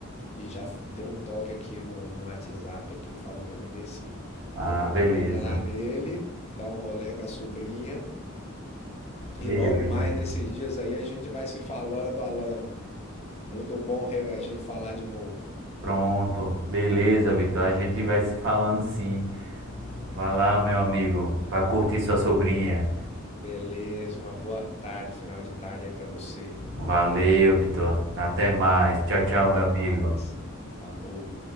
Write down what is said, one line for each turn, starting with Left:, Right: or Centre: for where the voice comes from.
Left: e já f- deu um toque aqui no, no WhatsApp aqui, falou para me descer.
Right: ah,
Left: Eu vou dar
Right: beleza.
Left: uma ida lá nele, dar um rolê com a sobrinha e
Right: Beleza.
Left: logo mais nesses dias aí a gente vai se falando, Alan. Muito bom re- a gente falar de novo.
Right: Pronto. Beleza, Vitor. A gente vai se falando sim. Vai lá, meu amigo. Vai curtir sua sobrinha.
Left: Beleza, uma boa tarde, final de tarde aí para você.
Right: Valeu, Vitor. Até mais. Tchau, tchau, meu
Left: Até
Right: amigo.
Left: mais. Falou.